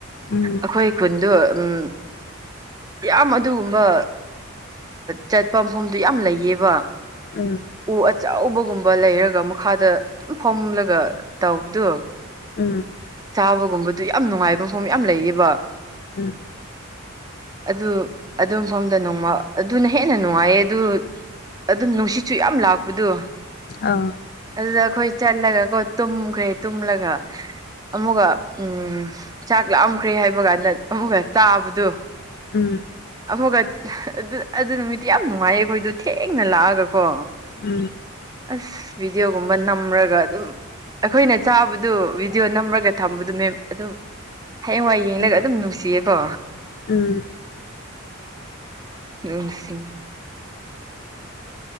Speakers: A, on the left; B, on the right.
A: ꯎꯝ
B: ꯑꯩꯈꯣꯏ ꯈꯨꯟꯗꯣ ꯎꯝ ꯌꯥꯝ ꯑꯗꯨꯒꯨꯝꯕ ꯆꯠꯄ ꯃꯐꯝꯗꯨ ꯌꯥꯝ ꯂꯩꯌꯦꯕ
A: ꯎꯝ
B: ꯎ ꯑꯆꯕꯒꯨꯝꯕ ꯂꯩꯔꯒ ꯃꯈꯥꯗ ꯑꯗꯨꯝ ꯐꯣꯝꯂꯒ ꯇꯧꯕꯗꯣ
A: ꯎꯝ
B: ꯆꯥꯕꯒꯨꯝꯕꯗꯨ ꯌꯥꯝ ꯅꯨꯡꯉꯥꯏꯕ ꯃꯐꯝ ꯌꯥꯝ ꯂꯩꯌꯦꯕ
A: ꯎꯝ
B: ꯑꯗꯨ ꯑꯗꯨ ꯃꯐꯝꯐꯝꯗ ꯅꯣꯡꯃ ꯑꯗꯨꯅ ꯍꯦꯟꯅ ꯅꯨꯡꯉꯥꯏꯌꯦ ꯑꯗꯨ ꯑꯗꯨꯝ ꯅꯨꯡꯁꯤꯠ ꯁꯨ ꯌꯥꯝ ꯂꯥꯛꯄꯗꯨ
A: ꯑ
B: ꯑꯗꯨꯗ ꯑꯩꯈꯣꯏ ꯆꯠꯂꯒ ꯀꯣ ꯇꯨꯝꯈ꯭ꯔꯦ ꯇꯨꯝꯂꯒ ꯑꯃꯨꯛꯒ ꯎꯝ ꯆꯥꯛ ꯂꯥꯝꯈ꯭ꯔꯦ ꯍꯥꯏꯕ ꯀꯥꯟꯗ ꯑꯃꯨꯛꯒ ꯆꯥꯕꯗꯨ
A: ꯎꯝ
B: ꯑꯃꯨꯛꯒ ꯑꯗꯨ ꯑꯗꯨ ꯅꯨꯃꯤꯠꯇꯨ ꯌꯥꯝ ꯅꯨꯡꯉꯥꯏꯌꯦ ꯑꯩꯈꯣꯏꯗꯣ ꯊꯦꯡꯅ ꯂꯥꯛꯑꯒꯀꯣ
A: ꯎꯝ
B: ꯑꯁ ꯚꯤꯗꯤꯑꯣꯒꯨꯝꯕ ꯅꯝꯔꯒ ꯑꯗꯨꯝ ꯑꯩꯈꯣꯏꯅ ꯆꯥꯕꯗꯨ ꯚꯤꯗꯤꯑꯣ ꯅꯝꯔꯒ ꯊꯝꯕꯗꯨ ꯃꯦꯝ ꯑꯗꯨꯝ ꯍꯌꯦꯡꯋꯥꯏ ꯌꯦꯡꯂꯒ
A: ꯎꯝ
B: ꯑꯗꯨꯝ ꯅꯨꯡꯁꯤꯌꯦꯀꯣ
A: ꯎꯝ
B: ꯅꯨꯡꯁꯤ